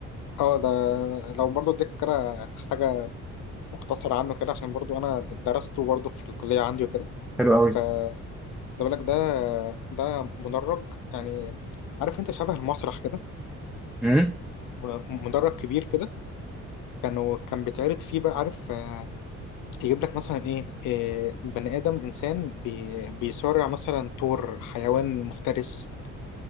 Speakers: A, on the left (about 90°); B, in the centre.
A: اه ده لو برضو اديك كده حاجه مختصره عنه كده عشان برضو انا درسته برضو في الكليه عندي وكده
B: حلو قوي
A: فده بقول لك ده ده مدرج يعني عارف انت شبه المسرح كده
B: امم
A: م- مدرج كبير كده كانوا كان بيتعرض فيه بقى عارف آه، يجيب لك مثلا ايه آه، بني ادم انسان بي بيصارع مثلا طور حيوان مفترس